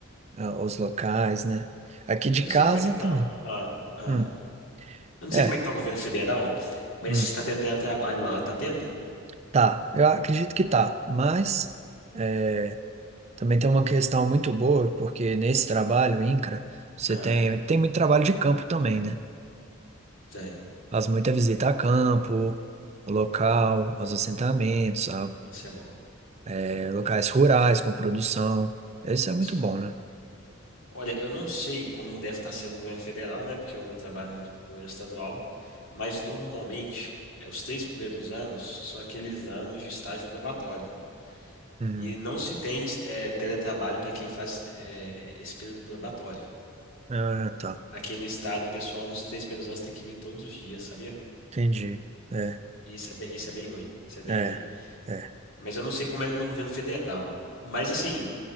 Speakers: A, on the right; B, on the left.
A: ah, os locais, né? Aqui de
B: eu não
A: casa
B: sei como é que tá.
A: também.
B: Ah, ah.
A: Hum,
B: Eu não
A: é.
B: sei como é que tá o governo federal, mas
A: Hum,
B: está tendo trabalho lá, tá tendo?
A: tá. Eu acredito que tá. Mas. é, Também tem uma questão muito boa, porque nesse trabalho, INCRA, você
B: Ah,
A: tem, tem muito trabalho de campo também, né?
B: tem.
A: Faz muita visita a campo, local, aos assentamentos, a,
B: Isso é bom.
A: é, locais rurais com produção. Isso é muito
B: Sim.
A: bom, né?
B: Olha, eu não sei como deve estar sendo o governo federal, né? Porque eu meu trabalho no governo estadual, mas normalmente eh, os três primeiros anos são aqueles anos de estágio probatório.
A: Uhum.
B: E não se tem é, teletrabalho para quem faz é, esse período probatório.
A: Ah, tá.
B: Aqui no estado, o pessoal nos três primeiros anos tem que vir todos os dias, sabia?
A: Entendi. É,
B: E isso é bem, isso é bem ruim. Isso é bem
A: é,
B: ruim.
A: é.
B: Mas eu não sei como é no governo federal. Mas assim,